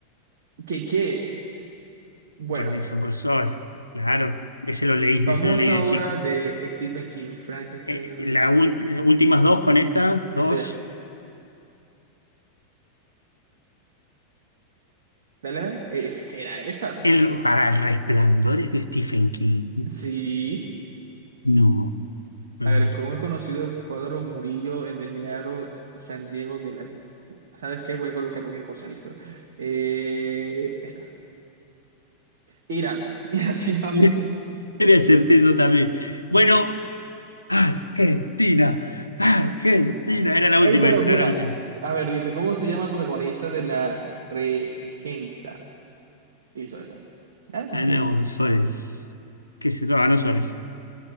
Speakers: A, on the right; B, on the left.
A: ¿Qué, qué? Bueno,
B: Robinson Crusoe. Claro. Ese lo leí,
A: famosa
B: ese lo leí de
A: obra
B: chico.
A: de Stephen King, Frankenstein.
B: Eh, la ul- las últimas dos con esta, dos.
A: Listo, ya. Dale, dale. E, Es que era esa.
B: El, para el resplandor de Stephen King.
A: Sí.
B: No, me
A: A
B: muero.
A: ver, ¿cómo he conocido Cuadro Murillo, el del Milagro, San Diego de la... ¿Sabes qué? Voy a colocar cualquier cosa, listo. Eh, esta. Ira. <laughs> Ira Tinamo.
B: <laughs> Le acerté yo también. Bueno, Argentina. Argentina. Era la
A: Ey,
B: última,
A: pero
B: esa
A: mira.
B: era la última.
A: A ver, dice, ¿cómo se llama el protagonista de la Regenta? Y Listo, esta. Ya es
B: Ana
A: así.
B: Osores. ¿Qué se llama? Ana Osores.